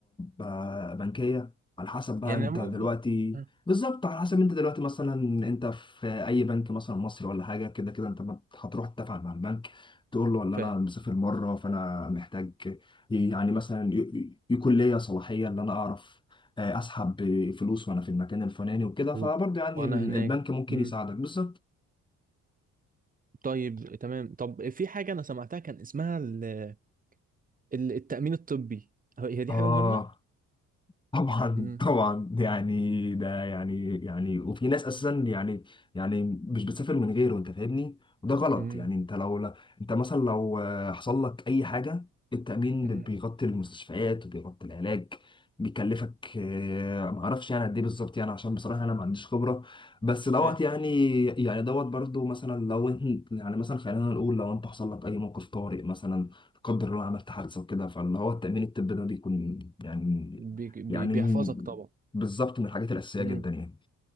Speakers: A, on the left; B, on the right.
A: آه، بنكية على حسب بقى
B: يعني
A: انت
B: أنا ممكن
A: دلوقتي
B: آه،
A: بالظبط على حسب انت دلوقتي مثلا انت في اي بنك مثلا مصري ولا حاجة كده كده انت ما هتروح تتفق مع البنك تقول له والله
B: ف
A: انا مسافر مرة فانا محتاج يعني مثلا ي- يكون ليا صلاحية ان انا اعرف آه، اسحب فلوس وانا في المكان الفلاني وكده فبرضه
B: و-
A: يعني
B: وانا
A: البنك
B: هناك
A: ممكن
B: مم.
A: يساعدك بالظبط
B: طيب تمام طب في حاجة انا سمعتها كان اسمها ال... ال- التأمين الطبي هو- هي دي
A: اه
B: حاجة مهمة
A: طبعا
B: مم.
A: طبعا يعني ده يعني يعني وفي ناس اساسا يعني يعني مش بتسافر من غيره انت فاهمني وده غلط
B: مم.
A: يعني انت لو لا انت مثلا لو آه، حصل لك اي حاجه التامين
B: مم.
A: بيغطي المستشفيات وبيغطي العلاج بيكلفك آه، ما اعرفش يعني قد ايه بالظبط يعني عشان بصراحه انا ما عنديش خبره بس دوت
B: ف
A: يعني يعني دوت برضو مثلا لو انت يعني مثلا خلينا نقول لو انت حصل لك اي موقف طارئ مثلا لا قدر الله عملت حادثه وكده فاللي هو التامين الطبي ده بيكون يعني
B: بي... بي...
A: يعني
B: بيحفظك
A: م-
B: طبعا
A: بالظبط من الحاجات الأساسية
B: مم.
A: جدا يعني